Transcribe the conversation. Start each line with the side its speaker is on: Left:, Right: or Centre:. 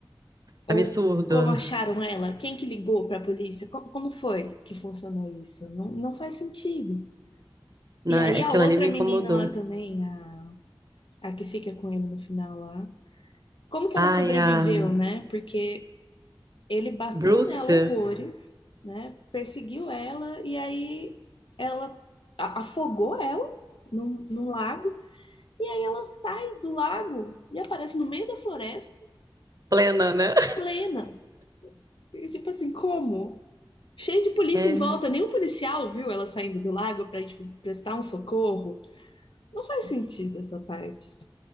Left: Ou
Right: absurdo.
Left: como acharam ela? Quem que ligou para a polícia? Co- Como, foi que funcionou isso? Não, não faz sentido.
Right: Né?
Left: E aí
Right: Aquilo
Left: a outra
Right: ali me
Left: menina
Right: incomodou.
Left: lá também, a, a que fica com ele no final lá, como que
Right: Ai,
Left: ela sobreviveu,
Right: a
Left: né? Porque ele bateu
Right: Bruce,
Left: nela horrores, né? Perseguiu ela e aí ela a- afogou ela num, num lago e aí ela sai do lago e aparece no meio da floresta
Right: plena, né?
Left: plena. E, tipo assim, como? Cheio de polícia
Right: É,
Left: em volta, nenhum policial viu ela saindo do lago para tipo, prestar um socorro. Não faz sentido essa parte.